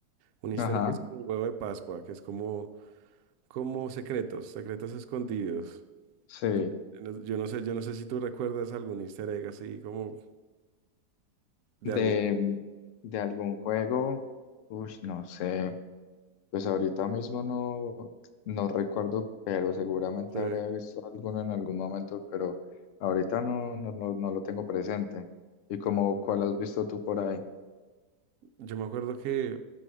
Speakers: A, on the right (about 70°); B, on the left (about 70°).
A: Un easter
B: Ajá,
A: egg es como un huevo de Pascua, que es como, como secretos, secretos escondidos.
B: sí.
A: En- en los- yo no sé, yo no sé si tú recuerdas algún easter egg así como de
B: De,
A: algo.
B: de algún juego, uy, no sé. Pues ahorita mismo no, no recuerdo, pero seguramente
A: Sí.
B: habría visto alguno en algún momento, pero ahorita no, no, no, no lo tengo presente. ¿Y como cuál has visto tú por ahí?
A: Yo me acuerdo que